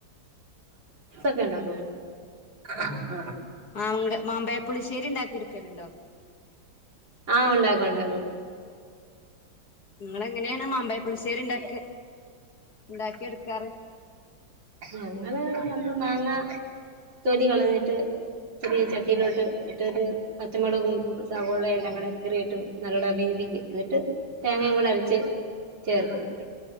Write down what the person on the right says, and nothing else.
അതൊക്കെ ഉണ്ടാകും ആ
ആഹ ഉണ്ടാക്കും ഉണ്ടാക്കും
ഉം ന്നലെ നമ്മള് മാങ്ങ തൊലികളഞ്ഞിട്ട് ചെറിയ ചട്ടിയിലോട്ട് ഇട്ടട്ട് പച്ചമുളകും സവോളേം എല്ലാം കൂടെ കീറിയിട്ട് നല്ലോട വേവിക്കും എന്നിട്ട് തേങ്ങയും കൂടെ അരച്ച് ചേർക്കും